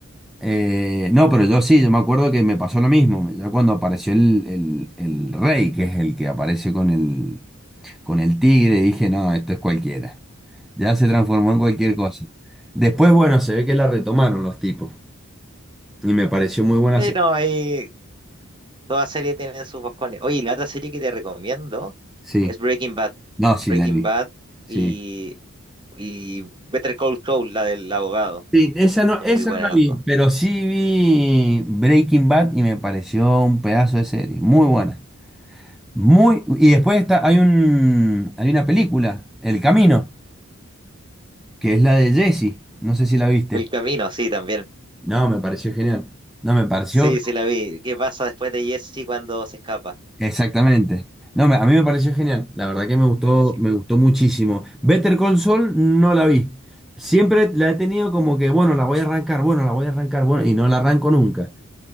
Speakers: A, in the centre; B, on the right (about 20°).
A: Eh, no, pero yo sí, yo me acuerdo que me pasó lo mismo. Ya cuando apareció el, el el rey, que es el que aparece con el, con el tigre, dije, no, esto es cualquiera. Ya se transformó en cualquier cosa. Después, bueno, se ve que la retomaron los tipos. Y me pareció muy buena
B: Sí,
A: serie.
B: no, ahí, toda serie tiene sus boscones. Oye, y la otra serie que te recomiendo
A: Sí,
B: es Breaking Bad,
A: no, sí
B: Breaking
A: la he visto.
B: Bad
A: Sí.
B: y, y Better Call Saul, la del abogado,
A: Sí, esa no,
B: son
A: esa
B: muy buenas
A: no la
B: las
A: vi,
B: dos.
A: pero sí vi Breaking Bad y me pareció un pedazo de serie. Muy buena. Muy, y después está, hay un, hay una película, El Camino, que es la de Jesse. No sé si la viste.
B: El camino, sí, también,
A: No, me pareció genial. No, me pareció
B: sí, sí la vi, ¿qué pasa después de Jesse cuando se escapa?
A: Exactamente. No, me- a mí me pareció genial. La verdad que me gustó,
B: Buenísimo.
A: me gustó muchísimo. Better Call Saul no la vi. Siempre la he tenido como que, bueno, la voy a arrancar, bueno, la voy a arrancar, bueno, y no la arranco nunca.